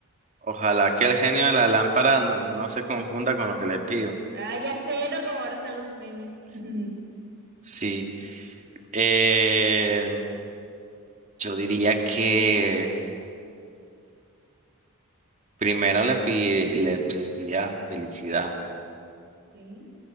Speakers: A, on the right (about 35°); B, on the right (about 50°).
A: ojalá que el genio de la lámpara no, no se confunda con lo que le pido.
B: Ah, ya sé, ¿no? Como ahora están los memes. <laughs>
A: Sí. Em, yo diría que... Primero le, pi- le pediría felicidad
B: Ok,